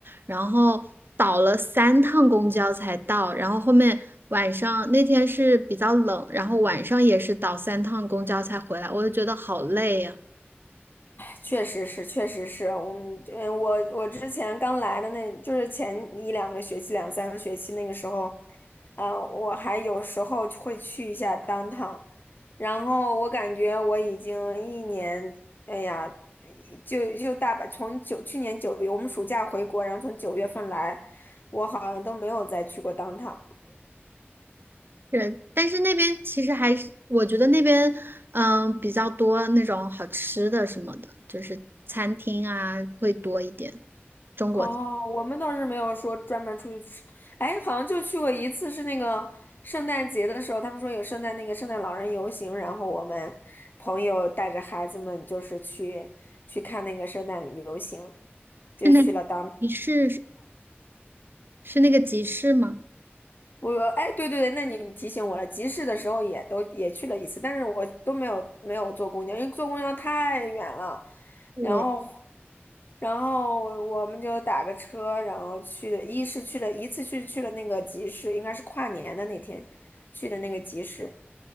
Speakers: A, on the right (about 55°); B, on the left (about 50°).
A: 然后倒了三趟公交才到，然后后面晚上那天是比较冷，然后晚上也是倒三趟公交才回来，我就觉得好累呀、
B: 确实是，确实是我们，嗯，我我之前刚来的那，就是前一两个学期、两三个学期那个时候，嗯，我还有时候会去一下当趟，然后我感觉我已经一年，哎呀，就就大把，从九去年九月，我们暑假回国，然后从九月份来，我好像都没有再去过当趟。
A: 是，但是那边其实还是，我觉得那边嗯比较多那种好吃的什么的，就是餐厅啊会多一点。中国是
B: 哦，我们倒是没有说专门出去吃，哎，好像就去过一次，是那个圣诞节的时候，他们说有圣诞那个圣诞老人游行，然后我们朋友带着孩子们就是去去看那个圣诞游行，就去了当。
A: 那集市是那个集市吗？
B: 我说，哎，对对对，那你提醒我了。集市的时候也都也去了一次，但是我都没有没有坐公交，因为坐公交太远了。
A: 对，
B: 然后，然后我我们就打个车，然后去的，一是去了一次去去了那个集市，应该是跨年的那天去的那个集市，